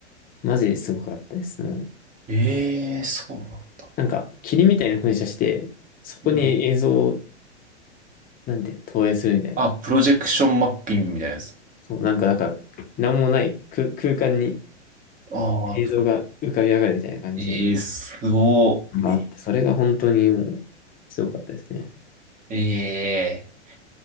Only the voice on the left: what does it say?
マジですごかったです。もう
なんか、霧みたいな噴射して、そこに映像を、
なんて、投影するみたいな。
そう、なんか、なんか、なんもない空、空間に
映像が浮かび上がるみたいな感じ
があって、
それが本当にもう、すごかったですね。